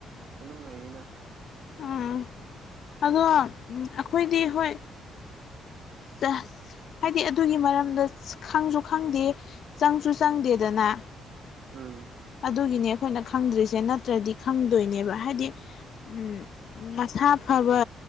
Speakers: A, on the right; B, on the left.
A: ꯑꯗꯨꯝ ꯂꯩꯌꯦꯅ
B: ꯑꯥ ꯑꯗꯣ ꯑꯩꯈꯣꯏꯗꯤ ꯍꯣꯏ ꯆ ꯍꯥꯏꯗꯤ ꯑꯗꯨꯒꯤ ꯃꯔꯝꯗ ꯈꯪꯁꯨ ꯈꯪꯗꯦ ꯆꯪꯁꯨ ꯆꯪꯗꯦꯗꯅ
A: ꯎꯝ
B: ꯑꯗꯨꯒꯤꯅꯦ ꯑꯩꯈꯣꯏꯅ ꯈꯪꯗ꯭ꯔꯤꯁꯦ ꯅꯠꯇ꯭ꯔꯗꯤ ꯈꯪꯗꯣꯏꯅꯦꯕ ꯍꯥꯏꯗꯤ ꯎꯝ ꯃꯁꯥ ꯐꯕ